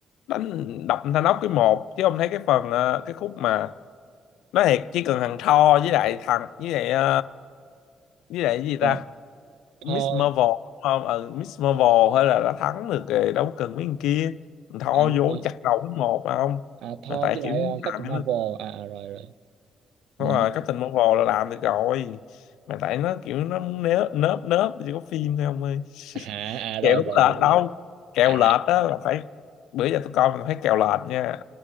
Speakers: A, on the left (about 85°); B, on the right (about 80°).
A: đánh đập Thanos cái một chứ không thấy cái phần ờ, cái khúc mà nói thiệt chỉ cần thằng Thor với lại thằng với lại ờ, với lại cái gì ta
B: rồi
A: Miss
B: thôi
A: Marvel không ừ, Miss Marvel hay là đã thắng được rồi đâu cần mấy thằng kia thằng Thor
B: à đúng
A: vô
B: rồi
A: chặt đầu cái một mà không
B: à thôi
A: mà tại
B: với
A: kiểu
B: lại uh, Captain
A: làm
B: Marvel à, à rồi rồi
A: Đúng
B: ừ.
A: rồi, Captain Marvel là làm được rồi. Mà tại nó kiểu nó muốn nớ- nớp nớp chỉ có phim thôi ông ơi.
B: à
A: <laughs>
B: à rồi
A: Kèo đâu
B: rồi
A: có
B: hiểu
A: lệch đâu. Kèo
B: à
A: lệch á là phải bữa giờ tôi coi mình thấy kèo lệch nha.